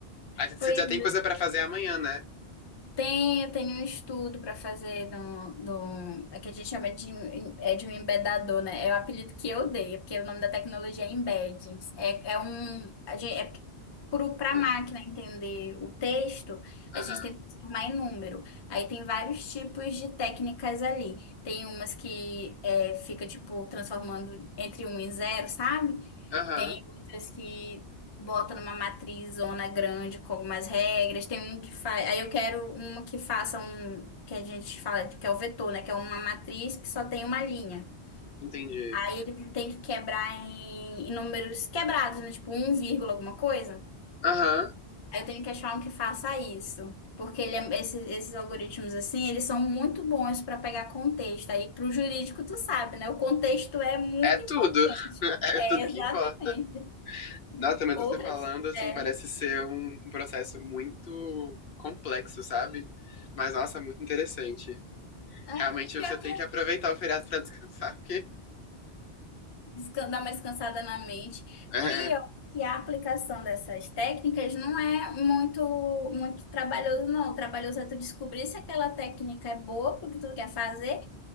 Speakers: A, on the left; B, on the left.
A: Aí você
B: Pois
A: já tem coisa pra fazer amanhã, né?
B: Tem, tem um estudo para fazer de um, de um- é que a gente chama de, um- é de um embedador, né? É o apelido que eu dei, é porque o nome da tecnologia é embedding. É, é um, a gente, é para a
A: Ah,
B: máquina entender o texto, a
A: Aham,
B: gente tem que transformar em número. Aí tem vários tipos de técnicas ali. Tem umas que é, fica, tipo, transformando entre um e zero, sabe?
A: aham,
B: Tem outras que botam numa matriz zona grande com algumas regras. Tem um que faz. Aí eu quero uma que faça um que a gente fala de- que é o vetor, né? Que é uma matriz que só tem uma linha.
A: entendi.
B: Aí ele tem que quebrar em, em números quebrados, né? Tipo um vírgula alguma coisa.
A: Aham,
B: Aí eu tenho que achar um que faça isso. Porque ele é- esse- esses algoritmos, assim, eles são muito bons para pegar contexto. Aí, para o jurídico, tu sabe, né? O contexto é muito
A: é tudo.
B: importante.
A: <laughs> É
B: É,
A: tudo
B: exatamente.
A: que importa. Nossa, mas
B: Outras.
A: você falando, assim,
B: É.
A: parece ser um um processo muito complexo, sabe? Mas, nossa, muito interessante.
B: É,
A: Realmente
B: pior
A: você tem
B: que é
A: que aproveitar o feriado pra descansar, porque...
B: desca- dar uma descansada na mente.
A: <laughs> é,
B: Pior que a aplicação dessas técnicas não é muito muito trabalhoso, não. O trabalhoso é tu descobrir se aquela técnica é boa porque tu quer fazer.